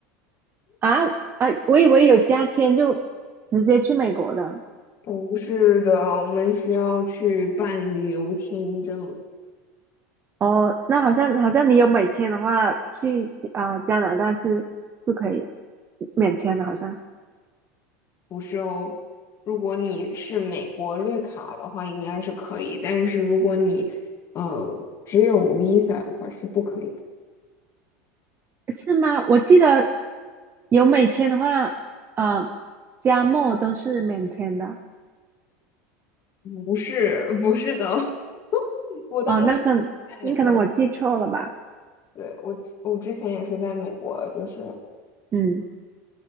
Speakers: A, on the right (about 30°); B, on the left (about 45°).
A: 啊啊，我以为有加签就直接去美国的，
B: 不是的，我们需要去办旅游签证，
A: 哦，那好像好像你有美签的话，去啊、呃加拿大是不可以免签的，好像
B: 不是哦。如果你是美国绿卡的话，应该是可以，但是如果你呃只有 Visa 的话是不可以的。
A: 是吗？我记得有美签的话，呃，加墨都是免签的。
B: 不是，不是的哦 <laughs> 我当时。
A: 哦，那可
B: 在美国。
A: 你可能我记错了吧？
B: 对，我之我之前也是在美国，就是
A: 嗯